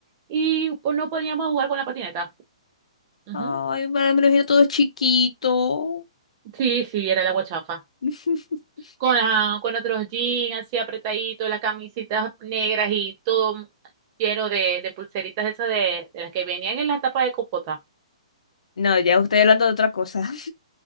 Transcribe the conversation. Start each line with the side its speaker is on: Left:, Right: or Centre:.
Right: y pues, no podíamos jugar con la patineta. Ujú.
Left: Ay, me lo imagino todo chiquito.
Right: Sí, sí, era la guachafa.
Left: <laughs>
Right: Con, la, con otros jeans así apretaditos, las camisitas negras y todo lleno de, de pulseritas esas de, de las que venían en la tapa de compota.
Left: No, ya estoy hablando de otra cosa.